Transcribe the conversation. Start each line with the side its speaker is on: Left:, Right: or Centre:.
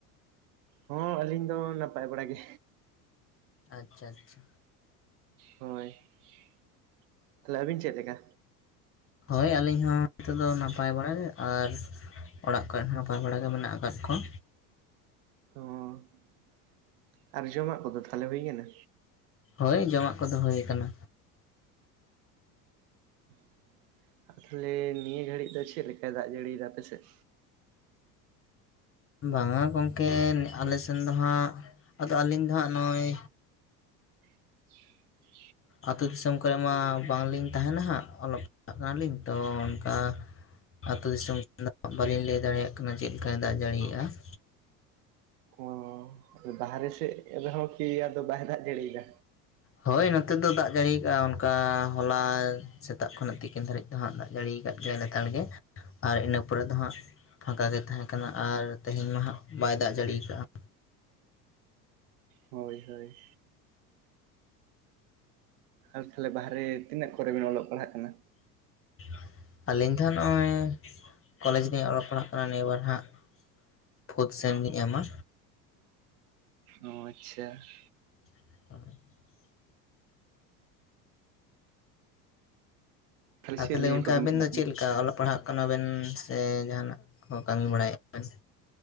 Right: ᱦᱚᱸ ᱟᱹᱞᱤᱧ ᱫᱚ ᱱᱟᱯᱟᱭ ᱵᱟᱲᱟ ᱜᱮ᱾
Left: ᱟᱪᱪᱷᱟ ᱟᱪᱪᱷᱟ᱾
Right: ᱦᱳᱭ ᱾ <inaudible> ᱛᱟᱦᱞᱮ ᱟᱹᱵᱤᱱ ᱪᱮᱫ ᱞᱮᱠᱟ?
Left: ᱦᱳᱭ ᱟᱹᱞᱤᱧ ᱦᱚᱸ ᱱᱤᱛᱚᱜ ᱫᱚ ᱱᱟᱯᱟᱭ ᱵᱟᱲᱟ ᱜᱮ ᱾ ᱟᱨ ᱚᱲᱟᱜ ᱠᱚᱨᱮ ᱦᱚᱸ ᱱᱟᱯᱟᱭ ᱵᱟᱲᱟ ᱜᱮ ᱢᱮᱱᱟᱜ ᱟᱠᱟᱫ ᱠᱚᱣᱟ᱾
Right: ᱚᱸᱻ <inaudible> ᱟᱨ ᱡᱚᱢᱟᱜ ᱠᱚᱫᱚ ᱛᱟᱦᱚᱞᱮ ᱦᱩᱭ ᱟᱠᱟᱱᱟ?
Left: ᱦᱳᱭ ᱡᱚᱢᱟᱜ ᱠᱚᱫᱚ ᱦᱳᱭ ᱟᱠᱟᱱᱟ᱾
Right: <inaudible> ᱛᱟᱦᱚᱞᱮ ᱱᱤᱭᱟᱹ ᱜᱷᱟᱹᱲᱤᱡ ᱫᱚ ᱪᱮᱫ ᱞᱮᱠᱟᱭ ᱫᱟᱜ ᱡᱟᱹᱲᱤᱭᱮᱫᱟ ᱟᱯᱮᱥᱮᱫ?
Left: ᱵᱟᱝᱟ ᱜᱚᱢᱠᱮ ᱟᱞᱮ ᱥᱮᱱ ᱫᱚ ᱦᱟᱸᱜ ᱟᱫᱚ ᱟᱹᱞᱤᱧ ᱫᱚ ᱦᱟᱸᱜ ᱱᱚᱜ-ᱚᱭ
Right: <inaudible>
Left: ᱟᱹᱛᱩ ᱫᱤᱥᱚᱢ ᱠᱚᱨᱮ ᱢᱟ ᱵᱟᱝᱞᱤᱧ ᱛᱟᱦᱮᱱᱟ ᱦᱟᱸᱜ ᱚᱞᱚᱜ ᱯᱟᱲᱦᱟᱜ ᱠᱟᱱᱟᱞᱤᱧ, ᱛᱚ ᱚᱱᱠᱟ ᱟᱹᱛᱩ ᱫᱤᱥᱚᱢ <inaudible> ᱵᱟᱞᱤᱧ ᱞᱟᱹᱭ ᱫᱟᱲᱮᱭᱟᱜ ᱠᱟᱱᱟ ᱪᱮᱫ ᱞᱮᱠᱟᱭ ᱫᱟᱜ ᱡᱟᱹᱲᱤᱭᱟᱜ-ᱟ ᱾
Right: <unintelligible> ᱟᱫᱚ ᱵᱟᱦᱨᱮ ᱥᱮᱫ ᱨᱮᱦᱚᱸ ᱠᱤ ᱟᱫᱚ ᱵᱟᱭ ᱫᱟᱜ ᱡᱟᱹᱲᱤᱭᱮᱫᱟ?
Left: ᱦᱳᱭ ᱱᱚᱛᱮ ᱫᱚ ᱫᱟᱜ ᱡᱟᱹᱲᱤ ᱟᱠᱟᱜ-ᱟ, ᱚᱱᱠᱟ ᱦᱚᱞᱟ ᱥᱮᱛᱟᱜ ᱠᱷᱚᱱᱟᱜ ᱛᱤᱠᱤᱱ ᱫᱷᱟᱹᱨᱤᱡ ᱫᱚ ᱦᱟᱸᱜ ᱫᱟᱜ ᱡᱟᱹᱲᱤ ᱟᱠᱟᱫ ᱜᱮᱭᱟᱭ ᱞᱮᱛᱟᱲ ᱜᱮ᱾ ᱟᱨ ᱤᱱᱟᱹ ᱯᱚᱨᱮ ᱫᱚ ᱦᱟᱸᱜ ᱯᱷᱟᱸᱠᱟ ᱜᱮ ᱛᱟᱦᱮᱸ ᱠᱟᱱᱟ᱾ ᱟᱨ ᱛᱮᱦᱮᱧ ᱢᱟ ᱦᱟᱸᱜ ᱵᱟᱭ ᱫᱟᱜ ᱡᱟᱹᱲᱤ ᱟᱠᱟᱜ-ᱟ ᱾
Right: <inaudible> ᱦᱳᱭ ᱦᱳᱭ᱾ ᱟᱨ ᱛᱟᱦᱞᱮ ᱵᱟᱦᱨᱮ ᱛᱤᱱᱟᱹᱜ ᱠᱚᱨᱮ ᱵᱮᱱ ᱚᱞᱚᱜ ᱯᱟᱲᱦᱟᱜ ᱠᱟᱱᱟ?
Left: <inaudible> ᱟᱹᱞᱤᱧ ᱫᱚ ᱦᱟᱸᱜ ᱱᱚᱜ-ᱚᱭ <inaudible> ᱠᱚᱞᱮᱡᱽ ᱨᱮ ᱞᱤᱧ ᱚᱞᱚᱜ ᱯᱟᱲᱦᱟᱜ ᱠᱟᱱᱟ ᱱᱤᱭᱟᱹ ᱵᱟᱨ ᱦᱟᱸᱜ᱾ ᱯᱷᱳᱨᱛ ᱥᱮᱢ ᱞᱤᱧ ᱮᱢᱟ᱾
Right: <inaudible> ᱚ ᱟᱪᱪᱷᱟ ᱾
Left: <inaudible> ᱟᱨ
Right: ᱪᱮᱫ
Left: ᱛᱟᱦᱚᱞᱮ
Right: ᱞᱤᱭᱮ
Left: ᱜᱚᱝᱠᱮ
Right: ᱠᱚᱵᱮᱱ
Left: ᱟᱵᱮᱱ
Right: ᱯᱟᱲᱦᱟᱜ
Left: ᱫᱚ
Right: ᱠᱟᱱᱟ?
Left: ᱪᱮᱫ ᱞᱮᱠᱟ, ᱚᱞᱚᱜ ᱯᱟᱲᱦᱟᱜ ᱠᱟᱱᱟ ᱵᱮᱱ ᱥᱮ ᱡᱟᱦᱟᱱᱟᱜ ᱠᱚ ᱠᱟᱹᱢᱤ ᱵᱟᱲᱟᱭᱮᱫ <unintelligible>